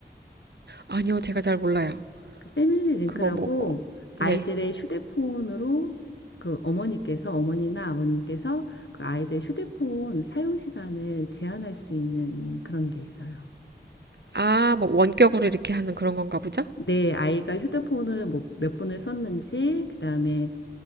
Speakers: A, on the right; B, on the left.
A: 아니요, 제가 잘 몰라요.
B: 그 패밀리 링크라고
A: 그거 뭐,
B: 아이들의
A: 네.
B: 휴대폰으로 그 어머니께서 어머니나 아버님께서 그 아이들 휴대폰 사용 시간을 제한할 수 있는 그런 게 있어요.
A: 아, 뭐 원격으로 이렇게 하는 그런 건가 보죠?
B: 내 아이가 휴대폰을 뭐 몇 분을 썼는지, 그다음에